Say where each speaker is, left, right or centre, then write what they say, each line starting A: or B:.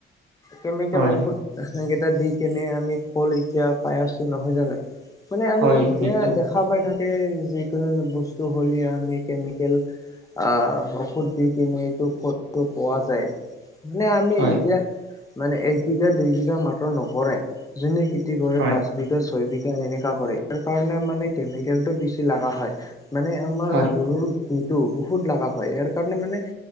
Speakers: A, on the left (about 15°); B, on the right (about 80°).
A: কেমিকেল
B: হয়,
A: ঔষধ ৰাসায়নিক কেইটা দি কেনে আমি ফল এতিয়া পাই আছো নহয় জানো? মানে আমি
B: হয়,
A: এতিয়া
B: নিশ্চয়।
A: দেখা পাই থাকে যিকোনো বস্তু হ'লে আমি কেমিকেল আহ ঔষধ দি কিনে এইটো ফলটো পোৱা যায়। মানে আমি
B: হয়,
A: এতিয়া মানে এক বিঘা দুই বিঘা মাটৰ নকৰে। যোনে খেতি কৰে
B: হয়,
A: পাঁচ বিঘা ছয় বিঘা এনেকা কৰে ইয়াৰ কাৰণে মানে কেমিকেলটো বেছি লগা হয়। মানে আমাৰ
B: হয়।
A: গৰুৰ গোট টো এইটো বহুত লগা হয় ইয়াৰ কাৰণে মানে